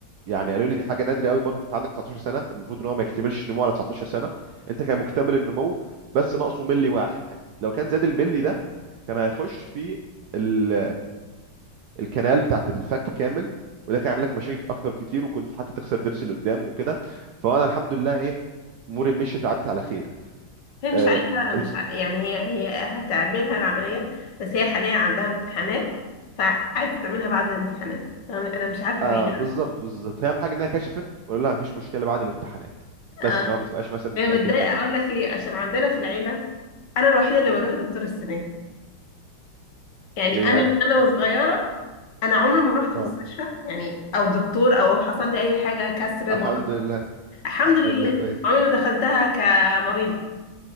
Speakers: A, on the right; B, on the left.
A: يعني قالوا لي دي حاجه نادره قوي برضه انت عندك 19 سنه المفروض ان هو ما يكتملش النمو على 19 سنه انت كان مكتمل النمو بس ناقصه ملي واحد لو كان زاد الملي ده كان هيخش في ال الكنال بتاعت الفك كامل وده كان يعمل لك مشاكل اكتر كتير وكنت حتى تخسر ضرس اللي قدام وكده فانا الحمد لله ايه اموري مشيت وعدت على خير
B: هي مش
A: آه
B: عايزه مش
A: آه
B: ع... يعني هي هي هتعملها العمليه بس هي حاليا عندها امتحانات فعايزه تعملها بعد الامتحانات فانا أنا مش عارفه
A: آه،
B: هي
A: بالظبط بالظبط هي اهم حاجه انها كشفت ولا لا مفيش مشكله بعد الامتحانات
B: اه
A: بس ان هو ما تبقاش مثلا
B: هي
A: بتاجل
B: متضايقه
A: حاجه
B: اقول لك ليه عشان عندنا في العيله انا الوحيده اللي
A: مم.
B: بروح دكتور السنان يعني
A: ليه
B: انا
A: يعني
B: من انا وصغيره انا عمري ما رحت
A: اه
B: مستشفى يعني او دكتور او حصل لي اي حاجه كسر
A: الحمد
B: مرض
A: لله
B: الحمد
A: الحمد
B: لله
A: لله كويس
B: عمري ما دخلتها كمريضه